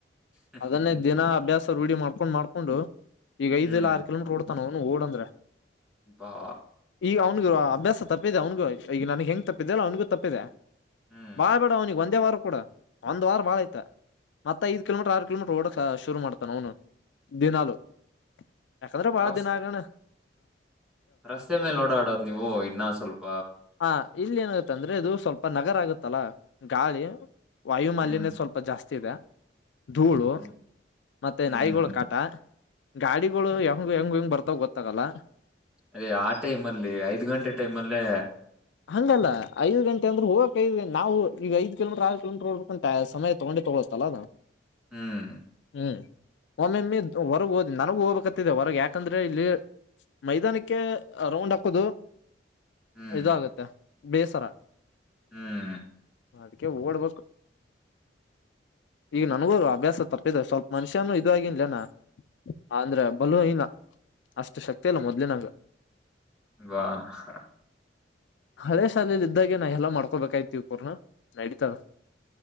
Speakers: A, in the centre; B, on the left.
A: ಹ್ಮ್
B: ಅದನ್ನೇ ದಿನಾ ಅಭ್ಯಾಸ ರೊಡಿ ಮಾಡ್ಕೊಂಡು ಮಾಡ್ಕೊಂಡು ಈಗ ಐದಲ್ಲ
A: ಹ್ಮ್
B: ಆರ್ ಕಿಲೋಮೀಟರ್ ಓಡ ತ್ತಾನು ಹೊಡಂದ್ರೆ
A: ಬಾ
B: ಈಗ ಅವ್ನ್ಗೂ ಅಭ್ಯಾಸ ತಪ್ಪಿದೆ ಅವನ್ಗೂ ಈಗ ನನ್ಗ ಹೆಂಗ್ ತಪ್ಪಿದ್ದ ಅಲ್ಲ ಅವನ್ಗೂ ತಪ್ಪಿದೆ
A: ಹ್ಮ್
B: ಬಾಳ್ ಬೇಡ ಅವನಿಗ ಒಂದೇ ವಾರ ಕೂಡ ಒಂದ್ ವಾರ ಭಾಳಯ್ತ ಮತ್ತ ಐದ ಕಿಲೋಮೀಟರ್ ಆರ ಕಿಲೋಮೀಟ್ರ ಓಡದ ಶುರು ಮಾಡ್ತಾನ ಅವ್ನು ದಿನಾಲು ಯಾಕಂದ್ರ ಬಾಳ
A: ರಸ್
B: ದಿನ ಆಗಣ
A: ರಸ್ತೆ ಮೇಲ ಓಡಾಡದ ನೀವು ಇನ್ನ ಸ್ವಲ್ಪ
B: ಹಾ ಇಲ್ಲಿ ಏನಾಗುತ್ತ ಅಂದ್ರೆ ಇದು ಸ್ವಲ್ಪ ನಗರ ಆಗತ್ತಲ್ಲ ಗಾಳಿ ವಾಯುಮಾಲಿನ್ಯ
A: ಹ್ಮ್
B: ಸ್ವಲ್ಪ ಸ್ವಲ್ಪ ಜಾಸ್ತಿ ಇದೆ ಧೂಳು
A: ಹ್ಮ್
B: ಮತ್ತೆ
A: ಹ್ಮ್
B: ನಾಯಿಗಳು ಕಾಟ ಗಾಡಿಗಳು ಹೆಂಗ ಹೆಂಗ್ ಹಿಂಗ್ ಬರ್ತಾವ ಗೊತ್ತಾಗಲ್ಲ
A: ಏ ಆ ಟೈಮ್ ಅಲ್ಲಿ ಐದ್ ಗಂಟೆ ಟೈಮ್ ಅಲ್ಲೇ
B: ಹಂಗಲ್ಲ ಐದ ಗಂಟೆ ಅಂದ್ರೆ ಹೋಗಕ್ ಐದ ನಾವು ಈಗ ಐದ ಕಿಲೋಮೀಟರ್ ಆರ ಕಿಲೋಮೀಟದರ ಹೂಡಬೇಕಂತ ಸಮಯ ತಗೊಂಡೆ ತೊಗೋಳುತಲ್ಲ ಅದ್
A: ಹ್ಮ್
B: ಹ್ಮ್ ಒಮೆಮ್ಮಿ ಹೊರಗ ಹೋದಿ ನನಗು ಹೋಗ್ಬೇಕತಿದೆ ಹೊರಗ ಯಾಕಂದ್ರೆ ಇಲ್ಲಿ ಮೈದಾನಕ್ಕೆ ರೌಂಡ್ ಹಾಕೋದು
A: ಹ್ಮ್
B: ಇದಾಗುತ್ತೆ ಬೇಸರ
A: ಹ್ಮ್
B: ಅದ್ಕೆ ಓಡ್ಬೇಕ ಈಗ ನನಗೂ ಅಭ್ಯಾಸ ತಪ್ಪಿದ ಸ್ವಲ್ಪ ಮನುಷ್ಯನು ಇದಾಗಿನ್ಲೆನಾ ಅಂದ್ರ ಬಲು ಇನ ಅಷ್ಟು ಶಕ್ತಿಲ್ಲ ಮೊದ್ಲಿ ನಂಗ
A: ಬಾ ಹ್
B: ಹಳೆ ಶಾಲೆಲ್ ಇದ್ದಾಗ ನಾ ಎಲ್ಲ ಮಾಡ್ಕೊಬೇಕಾಯ್ತಿವ ಕೂರ್ನ ನಾ ನಡೀತದ